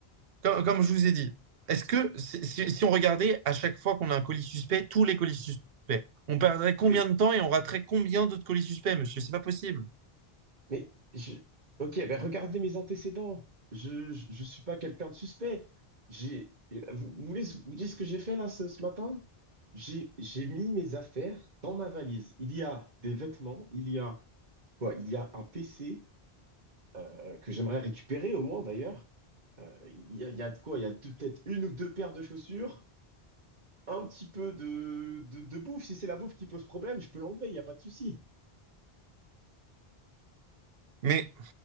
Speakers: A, on the right (about 70°); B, on the right (about 45°).
A: comme, comme je vous ai dit, est-ce que si, si- si on regardait à chaque fois qu'on a un colis suspect, tous les colis suspects, on perdrait combien
B: Oui.
A: de temps et on raterait combien d'autres colis suspects, monsieur? C'est pas possible.
B: Mais je... Ok, ben regardez mes antécédents. Je je, je suis pas quelqu'un de suspect. J'ai vous, vous voulez vous dire ce que j'ai fait là ce, ce matin? J'ai j'ai mis mes affaires dans ma valise. Il y a des vêtements, il y a quoi? Il y a un PC euh, que j'aimerais récupérer au moins d'ailleurs. Euh, il y a, il y a de quoi? Il y a deux- peut-être une ou deux paires de chaussures, un petit peu de de, de bouffe. Si c'est la bouffe qui pose problème, je peux l'enlever, il y a pas de souci.
A: Mais